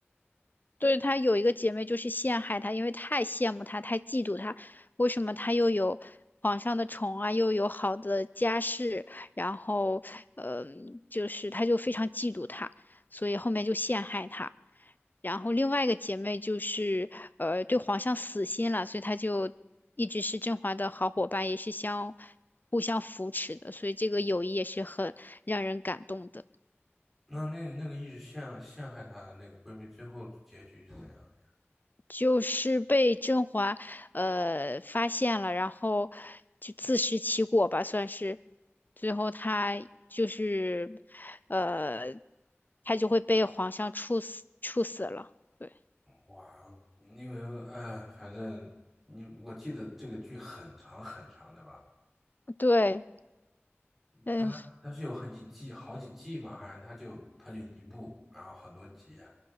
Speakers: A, on the left (about 40°); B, in the centre.
A: 对，她有一个姐妹就是陷害她，因为太羡慕她，太嫉妒她。为什么她又有皇上的宠啊，又有好的家世，然后，嗯，就是她就非常嫉妒她，所以后面就陷害她。然后另外一个姐妹就是呃对皇上死心了，所以她就一直是甄嬛的好伙伴，也是相互相扶持的，所以这个友谊也是很让人感动的。
B: 那那那个一直陷陷害她的那个闺蜜，最后结局是怎样的？
A: 就是被甄嬛呃发现了，然后就自食其果吧，算是。最后他就是呃，他就会被皇上处死，处死了。对，
B: 哇，因为哎，反正你我记得这个剧很长很长，的吧？
A: 对，嗯，
B: 它它是有很几季，好几季嘛，好像它就它就一部，然后很多集啊。